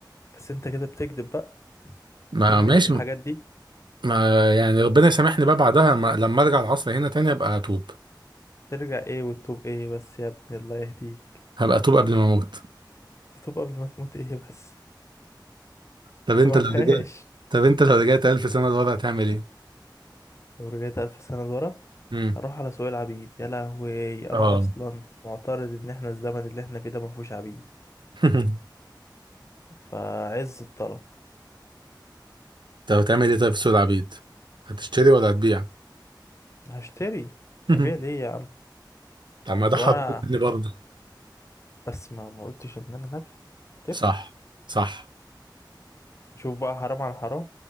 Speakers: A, on the left; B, on the right.
A: بس انت كده بتكذب بقى
B: ما
A: هتكذب
B: ماشي
A: في الحاجات دي
B: ما يعني ربنا يسامحني بقى بعدها ما لما ارجع العصر هنا تاني هبقى اتوب
A: ترجع ايه وتتوب ايه بس يا ابني الله يهديك
B: هبقى اتوب قبل ما اموت
A: تتوب قبل ما تموت ايه بس
B: طب انت
A: <laughs> ما
B: لو
A: فيهاش
B: رجعت طب انت لو رجعت ألف سنة لورا هتعمل ايه؟
A: لو رجعت ألف سنة لورا
B: امم
A: هروح على سوق العبيد يا لهوي أنا
B: اه
A: أصلا معترض إن إحنا الزمن اللي إحنا فيه ده مفهوش عبيد
B: <laughs>
A: فعز الطلب
B: طب هتعمل ايه طيب في سوق العبيد؟ هتشتري ولا هتبيع؟
A: هشتري
B: <laughs>
A: ابيع ليه يا عم
B: طب ما ده
A: هو
B: حضرتني
A: انا
B: برضه
A: بس ما ما قلتش ان انا نبي تفرق
B: صح صح
A: شوف بقى حرام عن حرام